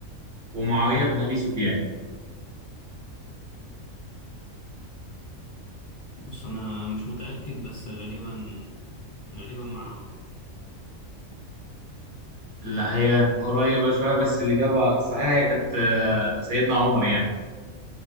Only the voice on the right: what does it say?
ومعاوية بن أبي سفيان
لا هي قريبة شوية بس الإجابة الصحيحة هي كانت آه سيدنا عمر يعني